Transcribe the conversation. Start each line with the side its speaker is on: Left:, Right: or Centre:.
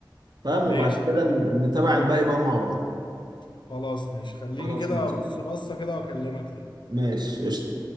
Right: فاهم وبعد
Left: ماشي
Right: كده ن- نتابع الباقي بقى مع بعض
Left: خلاص ماشي خليني
Right: خلاص
Left: كده
Right: ماشي
Left: ابص بصة كده واكلمك تاني
Right: ماشي قشطه